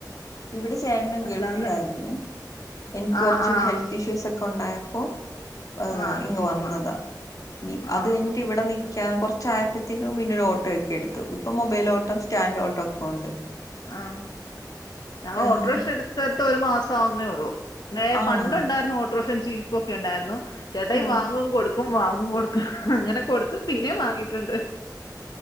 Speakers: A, on the left; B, on the left.
A: ഇവിടെ ചേട്ടന്
B: അല്ലാതെ
A: ഗൾഫിലായിരുന്നു എനിക്ക്
B: ആ
A: കുറച്ച്
B: ആ
A: ഹെൽത്ത് ഇഷ്യൂസ് ഒക്കെ ഉണ്ടായപ്പോ ആഹ്
B: ആ അങ്ങ്
A: ഇങ്ങ്
B: പോന്ന
A: വന്നതാ ഇനി
B: ആ
A: അത് കഴിഞ്ഞിട്ട് ഇവിടെ നി നിക്കാം കുറച്ചായപ്പോഴത്തേക്കും പിന്നെ ഒരു ഓട്ടോ ഒക്കെ എടുത്തു ഇപ്പം മൊബൈലോട്ടം സ്റ്റാൻ്ഓട്ടം - ഒണ്ട്
B: ആഹ് ഞങ്ങള്
A: ഏഹ്
B: ഓട്ടോറിക്ഷ ഇട്ത്തിട്ട് ഒരു മാസം സാവുന്നേ ഒള്ളൂ വേ
A: ആണോ
B: പണ്ട് ഉണ്ടായിരുന്നു ഓട്ടോർഷ ചീപ്പ ഒക്കെ ഉണ്ടായിരുന്നു ചേട്ടായി
A: ഓ
B: വാങ്ങും കൊടുക്കും വാങ്ങ - ങ് കൊടുക്ക അങ്ങനെ കൊടുത്ത് പിന്നെയും വാങ്ങിട്ടുണ്ട്